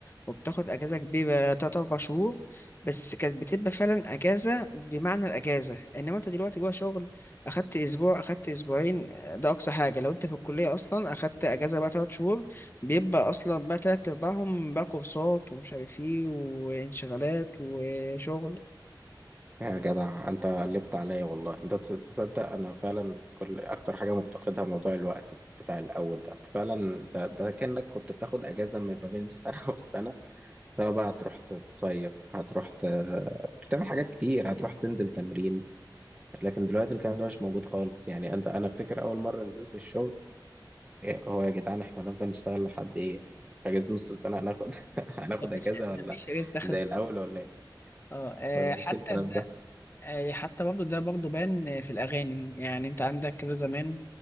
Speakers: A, on the left; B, on the right.
A: وبتاخد اجازه كبيره تلات اربع شهور بس كانت بتبقى فعلا اجازه بمعنى الاجازه انما انت دلوقتي جوه شغل اخدت اسبوع اخدت اسبوعين آه، ده اقصى حاجه لو انت في الكليه اصلا اخدت اجازه بقى تلات شهور بيبقى اصلا بقى تلات ارباعهم بقى كورسات ومش عارف ايه وانشغالات وشغل
B: يا جدع انت قلبت عليا والله انت تص- تصدق انا فعلا كل اكتر حاجه مفتقدها موضوع الوقت بتاع الاول ده فعلا انت ده كانك كنت بتاخد اجازه ما بين السنه <laughs> والسنه سواء بقى هتروح تصيف هتروح ت... كنت بتعمل حاجات كتير هتروح تنزل تمرين لكن دلوقتي الكلام ده مش موجود خالص يعني انت انا افتكر اول مره نزلت الشغل إيه هو يا جدعان احنا هنفضل نشتغل لحد ايه يعني في اجازه نص السنه هناخد <laughs> هناخد
A: مفيش
B: اجازه
A: مفيش
B: ولا
A: ريس دخل
B: زي الاول ولا ايه
A: اه آه،
B: مفيش
A: حتى
B: الكلام ده
A: آه، حتى برضه ده برضه بان في الأغاني يعني أنت عندك كده زمان